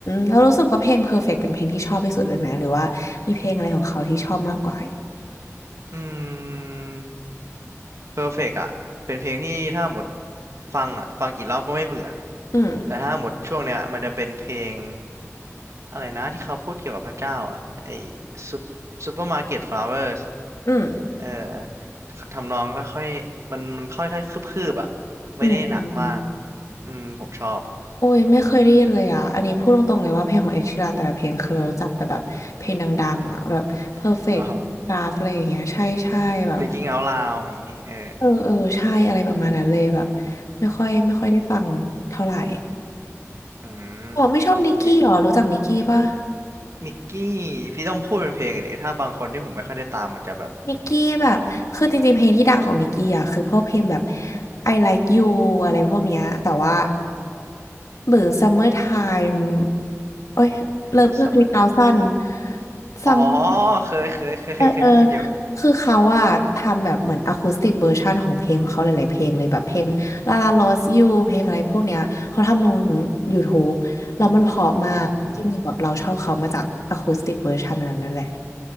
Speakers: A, on the left; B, on the right.
A: แล้วรู้สึกว่าเพลง Perfect เป็นเพลงที่ชอบที่สุดเลยไหมหรือว่ามีเพลงอะไรของเขาที่ชอบมากกว่า
B: อืม Perfect อ่ะเป็นเพลงที่ถ้าหมดฟังอ่ะฟังกี่รอบก็ไม่เบื่อ
A: อืม
B: แต่ถ้าหมดช่วงเนี้ยมันจะเป็นเพลงอะไรนะที่เขาพูดเกี่ยวกับพระเจ้าอ่ะไอซุปซปเปอร์มาร์เก็ตฟลาวเวอร์ส
A: อืม
B: เอ่อทำนองค่อยๆมันมันค่อยๆคืบๆอ่ะไม่ได้หนักมาก
A: อืมอืม
B: อืมผมชอบ
A: โอ้ยไม่เคยได้ยินเลยอ่ะอันนี้พูดตรงๆเลยว่าเพลงของเอ s h ช r รันแต่ละเพลงเคยรู้จักแต่แบบเพลงดังๆอ่ะแบบ Perfect
B: อ๋อ
A: Graph อะไรอย่างเงี้ยใช่ใช่แบบ
B: Thinking Out Loud อย่างนี้เออ
A: เออเออใช่อะไรประมาณนั้นเลยแบบไม่ค่อยไม่ค่อยได้ฟังเท่าไหร่
B: อืม
A: อ๋อไม่ชอบนิกกี้หรอรู้จักนิกกี้ปะ
B: พี่นิกกี้พี่ต้องพูดเป็นเพลงอันนี้ถ้าบางคนที่ผมไม่ค่อยได้ตามมันจะแบบ
A: นิกกี้แบบคือจริงๆ เพลงที่ดังของนิกกี้อ่ะคือพวกเพลงแบบ I Like You อะไรพวกเนี้ยแต่ว่าหรือ Summertime โอ้ย
B: อืม
A: Love You
B: summer
A: 3ั0น Summer
B: อ๋อ เคย เคย เคย
A: เออเออ
B: เคยได้ยินอยู่
A: คือเขาอะทำแบบเหมือนอะคูสติกเวอร์ชันของเพลงของเขาหลายๆเพลงเลยแบบเพลง La La Lost You เพลงอะไรพวกเนี้ยเขาทำลง YouTube แล้วมันเพราะมากจริงๆแบบเราชอบเขามาจากอะคูสติกเวอร์ชันนั้นนั่นแหละ
B: อืม